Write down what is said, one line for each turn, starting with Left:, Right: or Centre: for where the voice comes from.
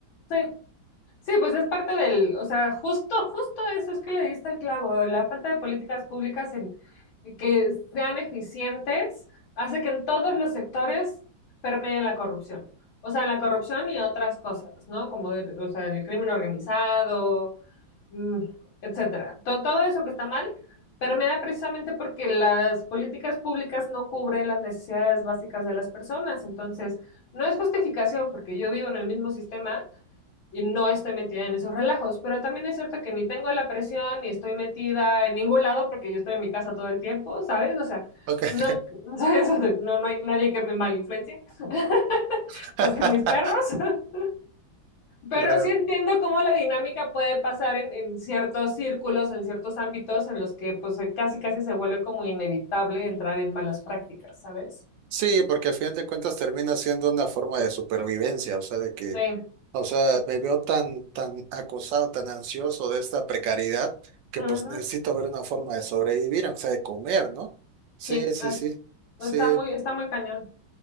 Left: Sí, Sí, pues es parte del, o sea, justo, justo eso es que le diste el clavo. La falta de políticas públicas en que sean eficientes hace que en todos los sectores permee la corrupción. O sea, la corrupción y otras cosas, ¿no? Como, o sea, el crimen organizado, mm, etcétera. To- todo eso que está mal permea precisamente porque las políticas públicas no cubren las necesidades básicas de las personas. Entonces, no es justificación porque yo vivo en el mismo sistema y no esté metida en esos relajos. Pero también es cierto que ni tengo la presión ni estoy metida en ningún lado porque yo estoy en mi casa todo el tiempo, ¿sabes? O sea,
Right: Ok.
Left: no, <laughs> ¿sabes? No, no hay nadie que me malinfluencie, <laughs>
Right: <laughs>
Left: más que mis perros. <laughs> Pero
Right: La-
Left: sí entiendo cómo la dinámica puede pasar en, en ciertos círculos, en ciertos ámbitos en los que pues casi casi se vuelve como inevitable entrar en malas prácticas, ¿sabes?
Right: Sí, porque al final de cuentas termina siendo una forma de supervivencia, o sea, de que,
Left: Sí.
Right: o sea, me veo tan, tan acosado, tan ansioso de esta precariedad, que
Left: Ujú.
Right: pues necesito ver una forma de sobrevivir, aunque sea de comer, ¿no? Sí,
Left: Sí,
Right: sí,
Left: es-
Right: sí, sí,
Left: está muy, está muy cañón.